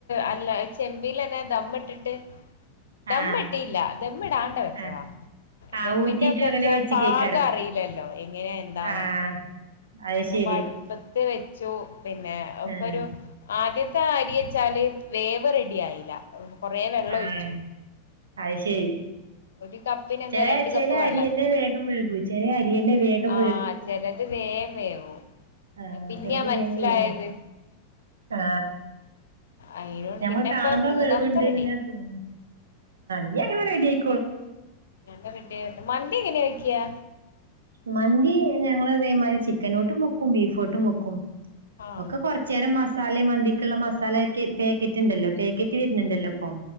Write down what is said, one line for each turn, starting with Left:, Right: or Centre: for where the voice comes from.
Left: അല്ല ചെമ്പീയിലന്നെ ദമ്മ് ഇട്ടിട്ട് ദമ്മിട്ടിയില്ല
Right: ആഹ്
Left: ദമ്മിടാണ്ടെ വെച്ചതാ
Right: ആഹ് ആ
Left: ദമ്മിന്റെ
Right: ഊറ്റിയിട്ടും
Left: ഒക്കെ
Right: അങ്ങനെ
Left: വച്ചാ
Right: വെച്ചിക്കേക്കാരം
Left: പാകം അറിയില്ലല്ലോ എങ്ങനെയ എന്താന്നൊന്നും
Right: ആഹ് അത്
Left: അന്നെപ്പോ
Right: ശരി
Left: അടുപ്പത്ത് വെച്ചു പിന്നെ ഒക്കെ
Right: ആഹ്
Left: ഒരു ആദ്യ അരി വെച്ചാല് വേവ് റെഡി ആയില്ല കൊറെ വെള്ളം
Right: ആഹ്
Left: ഒഴിച്ചു
Right: അത് ശരി
Left: ഒരു കപ്പിന് എന്താ
Right: ചെ
Left: രണ്ട്
Right: ചെല
Left: കപ്പ് വെള്ളം
Right: അരിയന്നെ വേഗം വേകും ചെല അരിയന്നെ വേഗം
Left: ആ ചിലത് വേഗം വേവും <inaudible>
Right: ആ
Left: അത് പിന്നെയാ
Right: ചെലത്
Left: മനസ്സിലായത്
Right: വേഗം വേം ആ
Left: അയിനോട്
Right: ഞമ്മ
Left: പിന്നെപ്പ
Right: കാണുമ്പോ
Left: മൂന്നാമത്തെ
Right: വേവുണ്ട്ന്ന്ങ്ങനെ
Left: റെഡി
Right: തോന്നും നീ അങ്ങനെ റെഡി ആക്കി
Left: എന്റെ <unintelligible> വരുന്നു മന്തി എങ്ങനെയ വെക്ക്കാ
Right: മന്തി ഞങ്ങള് ഇതേമാതിരി ചിക്കനുട്ടും വെക്കും ബീഫ്ട്ടും മുക്കും
Left: ആഹ്
Right: ഒക്കെ കൊറച്ചു നേരം മസാലയും മന്തി ഉള്ള മസാലയൊക്കെ പാക്കറ്റ് ഉണ്ടല്ലോ പാക്കറ്റ് വരുന്നുണ്ടല്ലോ അപ്പം